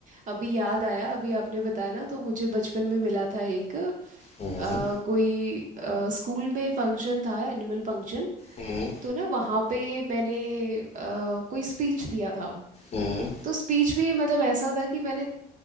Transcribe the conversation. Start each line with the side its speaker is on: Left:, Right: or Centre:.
Right: अभी याद आया अभी आपने बताया ना तो मुझे बचपन में मिला था एक
Left: हम्म
Right: अ, कोई अ, स्कूल में फंक्शन था एनुअल फंक्शन
Left: हम्म
Right: तो ना वहाँ पे मैंने अ, कोई स्पीच दिया था
Left: हम्म
Right: तो स्पीच भी मतलब ऐसा था कि मैंने